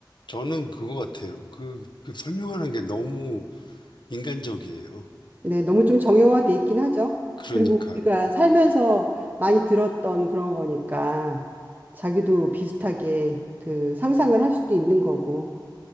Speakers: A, on the left; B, on the right.
A: 저는 그거 같아요. 그, 그 설명하는 게 너무 인간적이에요.
B: 네, 너무 좀 정형화돼 있긴 하죠.
A: 그러니까,
B: 그리고 우리가 살면서 많이 들었던 그런 거니까 자기도 비슷하게 그 상상을 할 수도 있는 거고.